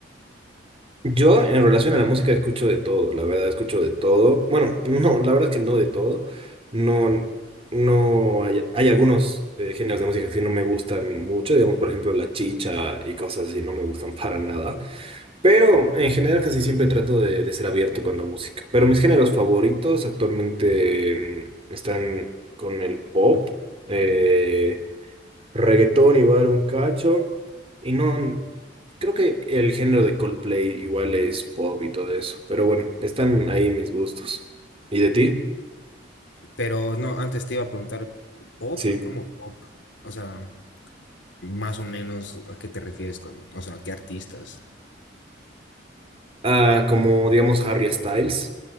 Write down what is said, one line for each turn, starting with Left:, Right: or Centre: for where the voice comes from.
Right: Yo en relación a la música escucho de todo, la verdad escucho de todo. Bueno, <laughs> no, la verdad es que no de todo. No, no hay, hay algunos eh, géneros de música que sí no me gustan mucho, digamos por ejemplo la chicha y cosas así no me gustan <laughs> para nada. Pero en general casi siempre trato de, de ser abierto con la música. Pero mis géneros favoritos actualmente mm, están con el pop. eh, Reggaetón igual un cacho. Y no, creo que el género de Coldplay igual es pop y todo eso. Pero bueno, están ahí mis gustos. ¿Y de ti?
Left: Pero no, antes te iba a preguntar, ¿pop?
Right: Sí.
Left: ¿Cómo pop? O sea, más o menos, ¿a qué te refieres con, o sea, qué artistas?
Right: Ah, como digamos Harry Styles,